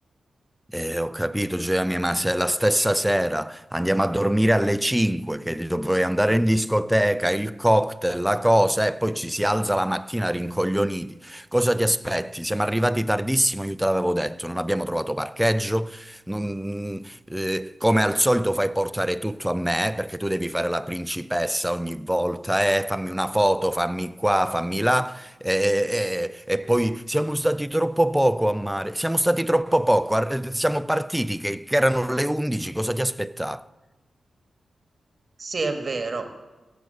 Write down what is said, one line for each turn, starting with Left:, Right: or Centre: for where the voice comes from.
Centre: Eh, ho capito, Gioia mia, ma se la stessa sera andiamo a dormire alle 5, che dovrei andare in discoteca, il cocktail, la cosa, e poi ci si alza la mattina rincoglioniti. Cosa ti aspetti? Siamo arrivati tardissimo, io te l'avevo detto, non abbiamo trovato parcheggio. non- eh, come al solito fai portare tutto a me, perché tu devi fare la principessa ogni volta, eh, fammi una foto, fammi qua, fammi là. E, e- e poi siamo stati troppo poco a mare, siamo stati troppo poco, ar- siamo partiti che, che erano le 11, cosa ti aspettavi?
Right: Sì, è vero.